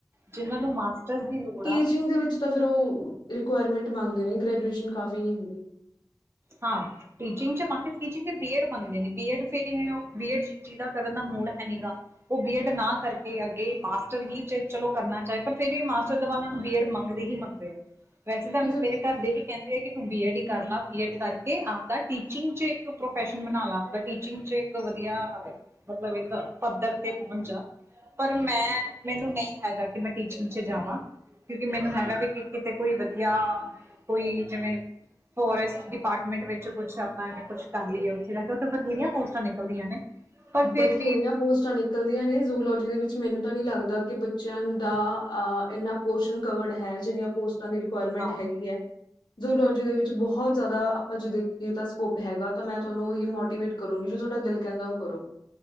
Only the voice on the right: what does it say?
ਜਿਨ੍ਹਾਂ ਨੂੰ ਮਾਸਟਰਸ ਦੀ ਲੋੜ
ਆ
ਹਾਂ, ਟੀਚਿੰਗ ਚ ਮਾਈਨਵ ਟੀਚਿੰਗ ਚ ਬੀਏਡ ਮੰਗਦੇ ਨੇ ਬੀਏਡ ਫੇਰੀ ਓਹ ਬੀਏਡ ਜਿਦਾ ਕਰਨ ਦਾ ਮੂਡ ਹੈ ਨੀ ਗਾ। ਓਹ ਬੀਐਡ ਨਾ ਕਰਕੇ ਅੱਗੇ ਮਾਸਟਰ ਹੀ ਦੇ ਚਲੋ ਕਰਨਾ ਚਾਹੇ ਪਰ ਫੇਰ ਵੀ ਮਾਸਟਰ ਤੋਂ ਬਾਦ ਓਨਾਂ ਨੂੰ ਬੀਐਡ ਮੰਗ ਦੇ ਹੀ ਮੰਗਦੇ ਐ, ਵੈਸੇ ਤਾਂ
ਮੇਰੇ
ਘਰ ਦੇ ਵੀ ਕੈੰਦੇ ਐ ਕਿ ਤੂੰ ਬੀਏਡ ਈ
ਕਰ ਲਾ। ਬੀਐਡ ਕਰਕੇ ਆਵਦਾ ਟੀਚਿੰਗ ਚ ਇੱਕ ਪ੍ਰੋਫੈਸ਼ਨ ਬਣਾ ਲਾ, ਟੀਚਿੰਗ ਚ ਇਕ ਵਧੀਆ ਮਤਲਬ ਇੱਕ ਪੱਧਰ ਤੇ ਪੋੰਚ ਜਾ। ਪਰ ਮੈਂ ਮੈਨੂੰ ਨਈ ਹੈਗਾ ਕਿ ਮੈਂ ਟੀਚਿੰਗ ਚ ਜਾਵਾਂ। ਕਿਉਂਕਿ ਮੈਨੂੰ ਹੈਗਾ ਵੀ ਕਿ ਕਿਤੇ ਕੋਈ ਵਧੀਆ ਕੋਈ ਜਿਵੇਂ ਫੋਰੈਸ ਡਿਪਾਰਟਮੈਂਟ ਵਿੱਚ ਕੁੱਛ ਆਪਾਂ ਐਵੇਂ ਕੁਛ ਕਰ ਲਈਏ, ਉੱਥੇ ਜਾ ਕੇ ਉੱਥੇ ਬਥੇਰੀਆਂ ਪੋਸਟਾਂ ਨਿਕਲਦੀਆਂ ਨੇ। ਪਰ ਫਿਰ
ਵੀ
ਹਾਂ